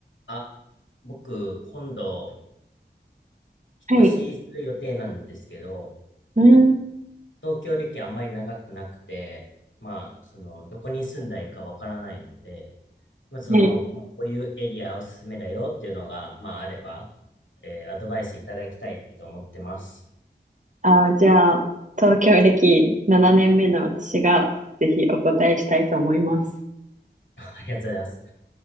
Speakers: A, on the left (about 85°); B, on the right (about 40°).
A: あ、僕、今度、引っ越しする予定なんですけど、
B: はい。うん。
A: 東京歴あんまり長くなくて、まあ、その、どこに住んだらいいかわからないので、まあ、その、
B: ね。
A: まあこういうエリアおすすめだよっていうのが、まあ、あれば、えーアドバイスいただきたいと思ってます。
B: あー、じゃあ、東京歴7年目の私が、ぜひお答えしたいと思います。
A: <laughs> ありがとうございます。